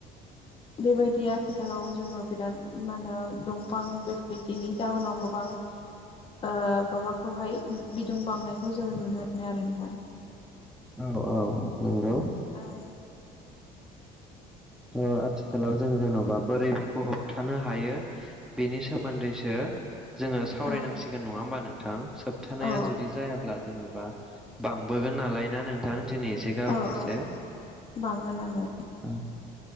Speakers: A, on the left; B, in the centre.
A: बेबायदि आथिखालाव जोङो बिराद मा होनो दंफां बेबायदिनि जाहोनाव गोबां ओ माबाखौहाय दुं बांनायखौ जोङो नुनो मोनो आरो नोंथां
B: औ औ नंगौ
A: औ
B: औ आथिखालाव जों जेन'बा बोरै बेखौ होबथानो हायो बेनि सोमोन्दैसो जोङो सावरायनांसिगोन
A: औ
B: नङा होमबा नोंथां सोबथानाया
A: औ
B: जुदि जायाब्ला जेन'बा बा बांबोगोन नालाय ना नोंथां दिनै एसे गाबोन
A: औ
B: एसे
A: औ बांगोन आंगोन
B: दा